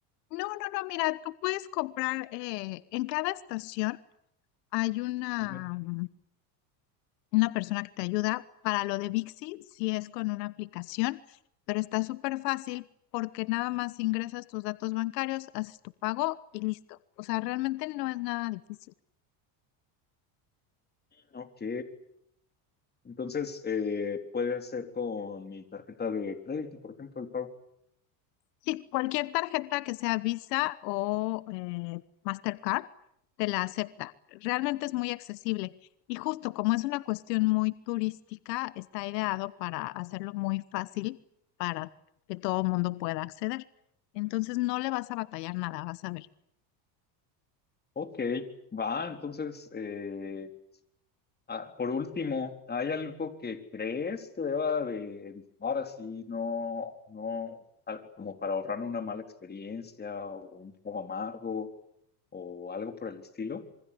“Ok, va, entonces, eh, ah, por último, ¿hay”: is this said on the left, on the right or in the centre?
Left